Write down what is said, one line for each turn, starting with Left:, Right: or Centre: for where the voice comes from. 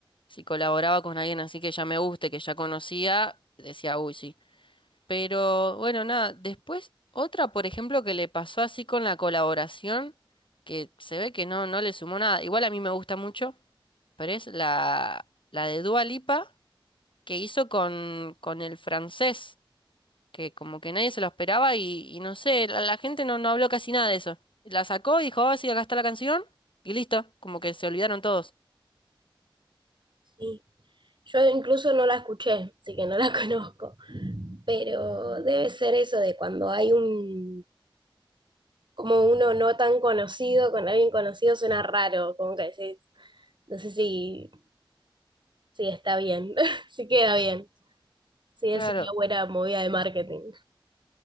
Left: si colaboraba con alguien así que ya me guste, que ya conocía, decía, uy, sí. Pero bueno, nada. Después, otra, por ejemplo, que le pasó así con la colaboración, que se ve que no, no le sumó nada. Igual a mí me gusta mucho, pero es la, la de Dua Lipa que hizo con, con el francés que como que nadie se lo esperaba y, y no sé, la, la gente no, no habló casi nada de eso. La sacó y dijo, ah, sí, acá está la canción y listo, como que se olvidaron todos.
Right: Sí. Yo incluso no la escuché, así que no la <laughs> conozco, pero
Left: Mm.
Right: debe ser eso de cuando hay un como uno no tan conocido, con alguien conocido suena raro, como que decís, no sé si, si está bien, <laughs> si queda bien, si
Left: Claro,
Right: es una buena movida de marketing.